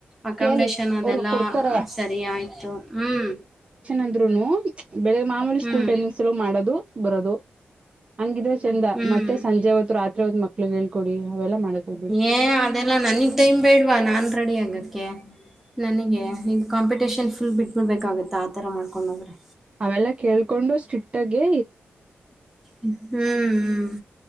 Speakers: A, in the centre; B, on the right.
A: ಅಕಾಮಿಡೇಶನ್
B: ಕೇಳಿ
A: ಅದೆಲ್ಲಾ
B: ಅವ್ರಗ್ ಕೊಡ್ತಾರೆ
A: ಸರಿ ಆಯ್ತು ಹ್ಮ್
B: ಅಂದ್ರು ಬೆಳಗ್ ಮಾಮೂಲಿ
A: ಹ್ಮ್
B: ಸ್ಕೂಲ್ ಟೈಮಿಂಗ್ಸ್ಲ್ಲ ಮಾಡೋದು ಬರೋದು ಹಂಗಿದ್ರ ಚಂದ
A: ಹ್ಮ್.
B: ಮತ್ತೆ ಸಂಜೆ ಅವತ್ತು ರಾತ್ರಿ ಹೊತ್ ಮಕ್ಳಗ್ ಹೇಳ್ಕೊಡಿ ಅವೆಲ್ಲಾ ಮಾಡಕ್ ಹೋಗ್ಬೇಡಿ
A: ಏ ಅದೆಲ್ಲ ನನಗ್ ಟೈಮ್ ಬೇಡ್ವಾ ನಾನ್ ರೆಡಿ ಆಗಕ್ಕೆ ನನಗೆ ಈಗ ಅಕ್ಕಮೆಡೆಂಟೇಶನ್ ಫುಲ್ ಬಿಟ್ಬಿಡ್ಬೇಕಾಗುತ್ತೆ ಆತರ ಮಾಡ್ಕೊಂಡ ಹದ್ರೆ
B: ಅವೆಲ್ಲ ಕೇಳ್ಕೊಂಡು ಸ್ಟ್ರಿಕ್ಟಗೆ
A: ಹ್ಮ್ ಹ್ಮ್
B: <unintelligible>